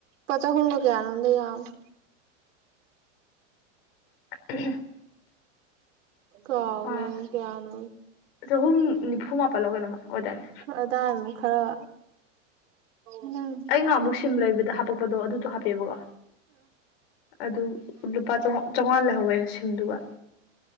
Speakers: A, on the right; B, on the left.
A: ꯄ ꯆꯍꯨꯝꯒ ꯀꯌꯥꯅꯣꯃꯗ ꯌꯥꯝꯅꯦ
B: <unintelligible>
A: ꯀꯥꯎꯒꯔꯦ
B: ꯑꯥ
A: ꯀꯌꯥꯅꯣ
B: ꯆꯍꯨꯝ ꯅꯤꯐꯨ ꯃꯥꯄꯜ ꯂ ꯀꯩꯅꯣꯝ ꯑꯣꯏꯗꯥꯏꯅꯦ
A: ꯑꯗꯥꯏ ꯑꯃꯨꯛ ꯈꯔ ꯎꯝ
B: ꯑꯩ ꯅꯍꯥꯟꯃꯨꯛ ꯁꯤꯝ ꯂꯩꯕꯗ ꯍꯥꯄꯛꯄꯗꯣ ꯑꯗꯨꯗꯣ ꯍꯥꯞꯄꯦꯕꯀꯣ ꯑꯗꯨ ꯂꯨꯄꯥ ꯆꯥꯝꯃꯉꯥ ꯂꯩꯍꯧꯋꯦ ꯁꯤꯝꯗꯨꯒ